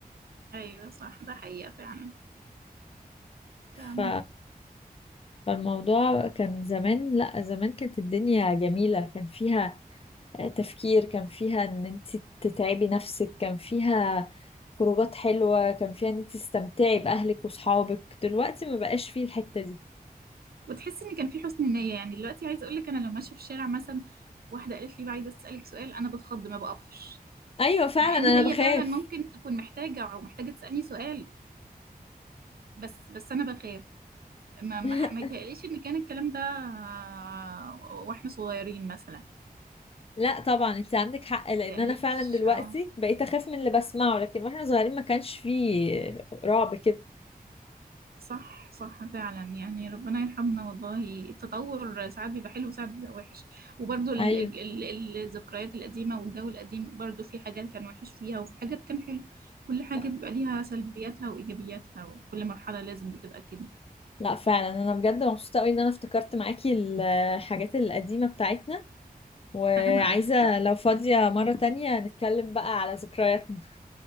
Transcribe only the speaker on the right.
ايوه صح ده حقيقه فعلا فعلا
وتحس ان كان في حسن نية يعني دلوقتي عايزة اقول لك انا لو ماشية في الشارع مثلا واحدة قالت لي بقى عايزة اسألك سؤال انا بتخض ما بقفش
مع ان
هي
فعلا ممكن تكون محتاجة او محتاجة تسألني سؤال بس بس انا بخاف ما ما,
ما يتهيأليش ان كان الكلام ده آه، واحنا صغيرين مثلا ما
يتهيأليش
آه.
صح صح فعلا يعني ربنا يرحمنا والله التطور ساعات بيبقى حلو وساعات بيبقى وحش وبرضو ال-
ال- ال- الذكريات القديمة والجو القديم برضو في حاجات كان وحش فيها وفي حاجات كان حلو كل حاجة
بيبقى ليها سلبياتها وإيجابياتها وكل مرحلة لازم بتبقى كده
أنا أكتر